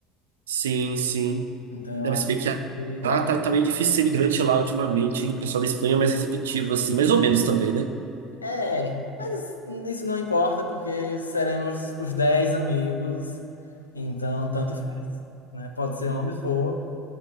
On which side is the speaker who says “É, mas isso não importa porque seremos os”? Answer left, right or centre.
Left